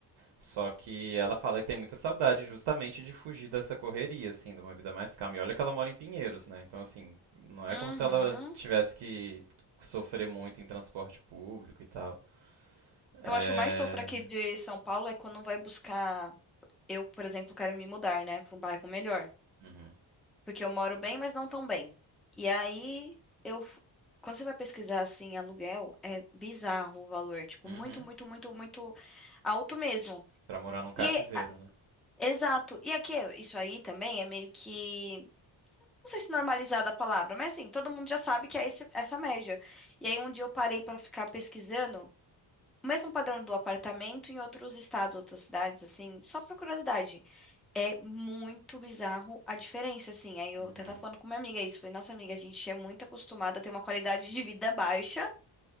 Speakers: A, on the right; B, in the centre.
A: Só que ela fala que tem muita saudade justamente de fugir dessa correria, assim, de uma vida mais calma. E olha que ela mora em Pinheiros, né? Então, assim, não é
B: Uhum.
A: como se ela tivesse que sofrer muito em transporte público e tal.
B: Eu
A: É...
B: acho que o mais sofro aqui de São Paulo é quando vai buscar. Eu, por exemplo, quero me mudar, né, para um bairro melhor.
A: Uhum.
B: Porque eu moro bem, mas não tão bem. E aí, eu. f- Quando você vai pesquisar assim, aluguel, é bizarro o valor. Tipo,
A: Uhum.
B: muito, muito, muito, muito alto mesmo.
A: Pra morar num cativeiro,
B: E é-
A: né?
B: exato. E aqui, isso aí também é meio que. Não sei se normalizada a palavra, mas assim, todo mundo já sabe que é esse- essa média. E aí, um dia eu parei para ficar pesquisando o mesmo padrão do apartamento em outros estados, outras cidades, assim, só por curiosidade. É muito bizarro a diferença, assim. Aí eu
A: Uhum.
B: até tava falando com minha amiga isso. Falei, nossa amiga, a gente é muito acostumada a ter uma qualidade de vida baixa